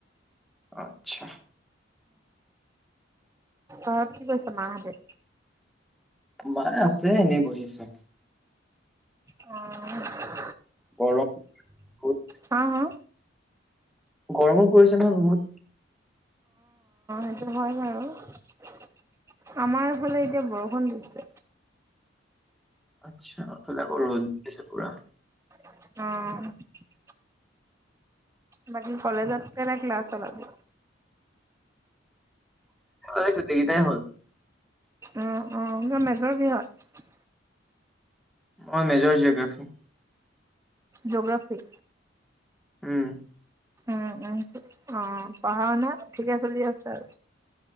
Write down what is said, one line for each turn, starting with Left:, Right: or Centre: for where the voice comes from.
Centre: আচ্ছা।
Right: অ। কি কৰিছে মাঁহেতে?
Centre: মাই আছে এনেই বহি আছে।
Right: অ।
Centre: গৰম বহুত
Right: হা হা
Centre: গৰমো পৰিছে নহয় বহুত।
Right: সেটো হয় বাৰু, আমাৰফালে এতিয়া বৰষুণ দিছে।
Centre: আচ্ছা, এইফালে আকৌ ৰ'দ দিছে পুৰা।
Right: অ'। বাকি কলেজত কেইটা ক্লাছ হ'ল আজি?
Centre: এ গোটেইকেইটাই হ'ল ।
Right: অ' অ' মেজৰ কিহত?
Centre: অ' মেজৰ জিঅ'গ্ৰাফি ।
Right: জোগ্ৰাফি?
Centre: উম।
Right: উম উম। অ' পঢ়া-শুনা ঠিকে চলি আছে আৰু?